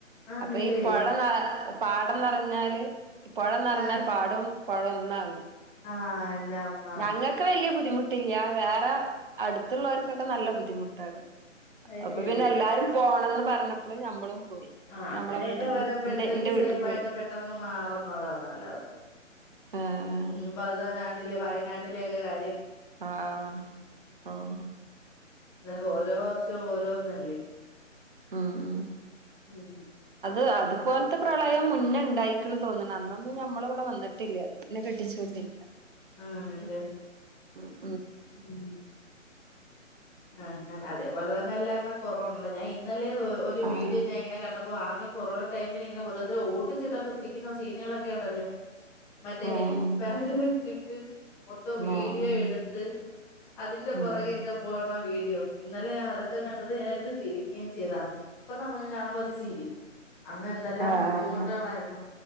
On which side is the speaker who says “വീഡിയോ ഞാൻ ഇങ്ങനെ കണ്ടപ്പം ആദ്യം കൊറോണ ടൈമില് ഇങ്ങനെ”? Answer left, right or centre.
Centre